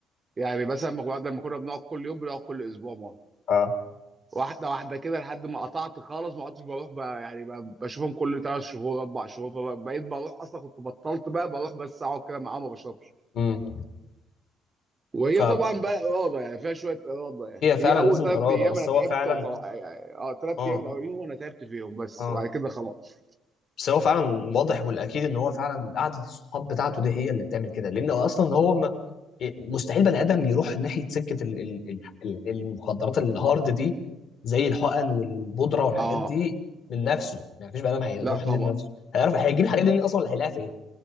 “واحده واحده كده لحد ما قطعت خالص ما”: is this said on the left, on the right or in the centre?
Right